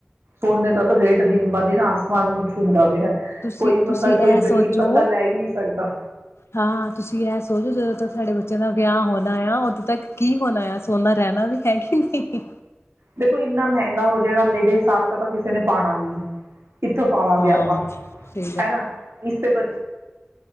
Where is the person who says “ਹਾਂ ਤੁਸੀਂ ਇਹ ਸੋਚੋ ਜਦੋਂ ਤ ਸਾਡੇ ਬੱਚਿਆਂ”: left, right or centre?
Left